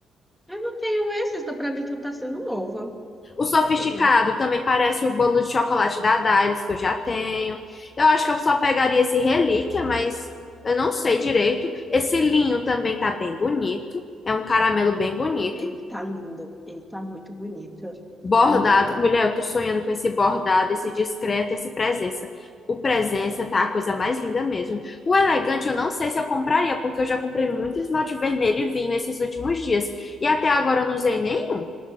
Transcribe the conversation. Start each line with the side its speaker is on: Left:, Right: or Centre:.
Centre: Eu não tenho esse, então pra mim tudo tá sendo novo,
Left: O sofisticado
Centre: entendeu?
Left: também parece o bolo de chocolate da Dailus, que eu já tenho. Eu acho que eu só pegaria esse relíquia, mas eu não sei direito. Esse linho também tá bem bonito. É um caramelo bem bonito.
Centre: Ele tá lindo, ele tá muito bonito.
Left: Bordado.
Centre: Menina.
Left: Mulher, eu tô sonhando com esse bordado, esse discreto, esse presença. O presença tá a coisa mais linda mesmo. O elegante eu não sei se eu compraria, porque eu já comprei muito esmalte vermelho e vinho esses últimos dias. E até agora eu não usei nenhum.